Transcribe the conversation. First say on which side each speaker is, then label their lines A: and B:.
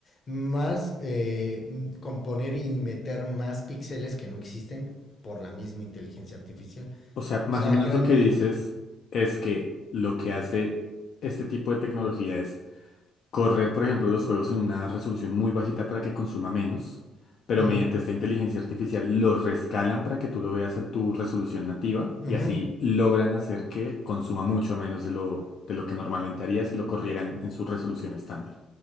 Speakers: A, on the left; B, on the left.
A: más eh, mm, componer y meter más píxeles que no existen por la misma inteligencia artificial
B: O sea,
A: o
B: más
A: sea
B: o menos
A: creando
B: lo que
A: una
B: dices
A: imagen
B: es que lo que hace este tipo de tecnología es correr, por ejemplo, los juegos en una resolución muy bajita para que consuma menos, pero
A: Ujú,
B: mediante esta inteligencia artificial lo rescalan para que tú lo veas en tu resolución nativa
A: ujú,
B: y así logran hacer que consuma mucho menos de lo, de lo que normalmente haría si lo corrieran en su resolución estándar.